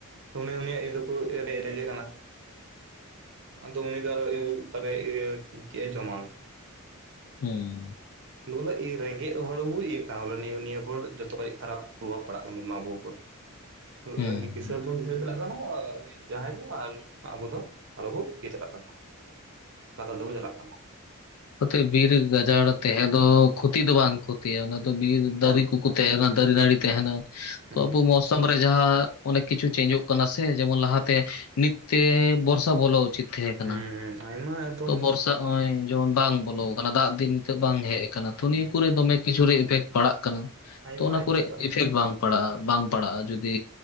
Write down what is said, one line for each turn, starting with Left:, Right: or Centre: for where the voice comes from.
Right: ᱩᱱᱤ ᱩᱱᱤᱭᱟᱜ ᱤᱭᱟ ᱫᱚᱠᱚ ᱨᱮ-ᱨᱮᱡᱮ ᱠᱟᱱᱟ ᱾ ᱟᱫᱚ ᱩᱱᱤ ᱫᱚ <unintelligible> ᱚᱠᱟᱨᱮ ᱤᱭᱟᱹ ᱪᱮᱜᱼᱮ ᱡᱚᱢᱟ ᱩᱱᱤ ᱫᱚ?
Left: ᱦᱩᱸ ᱾
Right: ᱫᱚ ᱵᱚᱞᱮ ᱮ ᱨᱮᱸᱜᱮᱡ ᱦᱚᱲ ᱵᱚ ᱤᱭᱟᱹᱜ ᱠᱟᱱᱟ ᱵᱚᱞ ᱱᱤᱭᱟᱹ ᱱᱤᱭᱟᱹ <unintelligible> ᱡᱚᱛᱚᱠᱷᱚᱡ ᱠᱷᱟᱨᱟᱯ ᱯᱨᱚᱵᱷᱟᱵ ᱯᱟᱲᱟᱜ ᱠᱟᱱ ᱛᱟᱵᱚᱱᱟ ᱟᱵᱚᱠᱚ ᱾
Left: ᱦᱮᱸ
Right: ᱨᱚᱝᱜᱤ ᱠᱤᱥᱟᱹᱲ ᱫᱚ ᱠᱤᱥᱟᱹᱟᱹᱲ ᱪᱟᱞᱟᱜ ᱠᱟᱱᱟ ᱟᱨ <unintelligible> ᱡᱟᱦᱟᱸᱭ ᱫᱚ ᱟᱨ ᱟᱵᱚ ᱫᱚ ᱟᱨᱚ ᱵᱚ ᱤᱭᱟᱹ ᱪᱟᱞᱟᱜ ᱠᱟᱱᱟ, ᱞᱟᱛᱟᱨ ᱫᱚᱵᱚ ᱪᱟᱞᱟᱜ ᱠᱟᱱᱟ ᱾
Left: ᱚᱛᱮ ᱵᱤᱨ ᱜᱟᱡᱟᱲ ᱛᱟᱦᱮᱸ ᱫᱚ ᱠᱷᱚᱛᱤ ᱫᱚ ᱵᱟᱝ ᱠᱷᱚ ᱛᱤᱭᱟ ᱚᱱᱟ ᱫᱚ ᱵᱤᱨ
Right: ᱵᱟᱝ
Left: ᱫᱟᱨᱤ ᱠᱚᱠᱚ
Right: ᱵᱟᱝ
Left: ᱛᱟᱦᱮᱱᱟ ᱫᱟᱨᱤ ᱱᱟᱹᱲᱤ ᱛᱟᱦᱮᱱᱟ
Right: ᱦᱮᱸ
Left: ᱛᱚ ᱟᱵᱚ ᱢᱚᱥ ᱥᱚᱢ ᱨᱮ ᱡᱟᱦᱟᱸ ᱚᱱᱮ ᱠᱤᱪᱷᱩ ᱪᱮᱧᱡᱚᱜ ᱠᱟᱱᱟ ᱥᱮ ᱡᱮᱢᱚᱱ ᱞᱟᱦᱟᱛᱮ ᱱᱤᱛ ᱛᱮ ᱵᱚᱨᱥᱟ ᱵᱚᱞᱚ ᱩᱪᱤᱛ ᱛᱟᱦᱮᱸ
Right: ᱦᱮᱸ
Left: ᱠᱟᱱᱟ,
Right: ᱦᱮᱸ ᱟᱭᱢᱟ ᱮᱠᱫᱚᱢ
Left: ᱛᱚ ᱵᱚᱨᱥᱟ ᱚᱭ
Right: ᱦᱮᱸ
Left: ᱵᱟᱝ ᱵᱚᱞᱚ ᱟᱠᱟᱱᱟ, ᱫᱟᱜ ᱫᱤᱱ ᱱᱤᱛᱚᱜ ᱵᱟᱝ ᱦᱮᱡ ᱟᱠᱟᱱᱟ ᱛᱚ ᱱᱤᱭᱟᱹ
Right: ᱦᱮᱸ
Left: ᱠᱚᱨᱮ ᱫᱚᱢᱮ ᱠᱤᱪᱷᱩ ᱨᱮ ᱤᱯᱷᱮᱠᱴ ᱯᱟᱲᱟᱜ ᱠᱟᱱᱟ ᱾
Right: ᱟᱭᱢᱟ
Left: ᱛᱚ ᱚᱱᱟ
Right: ᱟᱭᱠᱟᱹᱣ
Left: ᱠᱚᱨᱮᱜ
Right: ᱯᱟᱲᱟᱜ
Left: ᱤᱯᱷᱮᱠᱴ
Right: ᱠᱟᱱᱟ
Left: ᱵᱟᱝ ᱯᱟᱲᱟᱜᱼᱟ, ᱵᱟᱝ ᱯᱟᱲᱟᱜᱼᱟ ᱡᱩ ᱫᱤ